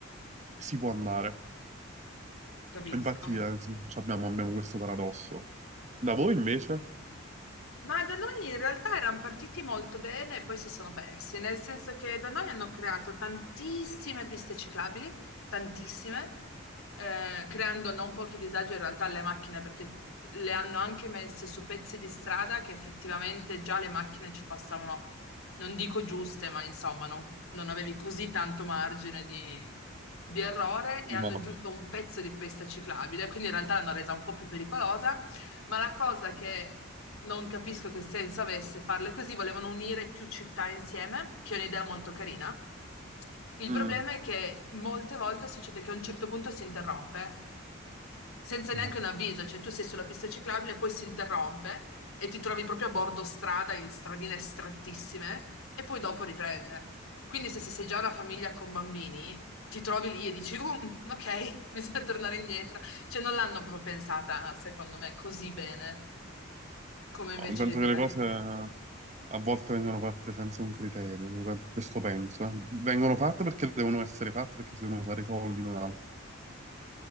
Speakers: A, on the right; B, on the left.
A: si può andare.
B: capisco.
A: Infatti, eh, sì, abbiamo, abbiamo questo paradosso. Da voi invece?
B: Ma da noi in realtà erano partiti molto bene e poi si sono persi, nel senso che da noi hanno creato tantissime piste ciclabili, tantissime, eh, creando non pochi disagi in realtà alle macchine perché le hanno anche messe su pezzi di strada che effettivamente già le macchine ci passavano, non dico giuste, ma insomma non, non avevi così tanto margine di, di errore
A: Prima
B: e hanno
A: no.
B: aggiunto un pezzo di pista ciclabile, quindi in realtà l'hanno resa un po' più pericolosa ma la cosa che non capisco che senso avesse farle così, volevano unire più città insieme, che è un'idea molto carina. Il
A: Mm.
B: problema è che molte volte succede che a un certo punto si interrompe senza
A: No,
B: neanche un avviso, cioè tu sei sulla pista ciclabile, poi si interrompe e ti trovi proprio a bordo strada, in stradine strettissime, e poi dopo riprende. Quindi se se sei già una famiglia con bambini, ti trovi lì e dici, "Uh, mm, ok, <laughs> bisogna tornare indietro. Cioè non l'hanno proprio pensata, secondo me, così bene, come invece
A: Penso
B: l'idea.
A: che le cose a volte vengono fatte senza un criterio, io penso- questo penso. eh. Vengono fatte perché devono essere fatte, perché si devono fare i soldi, non altro.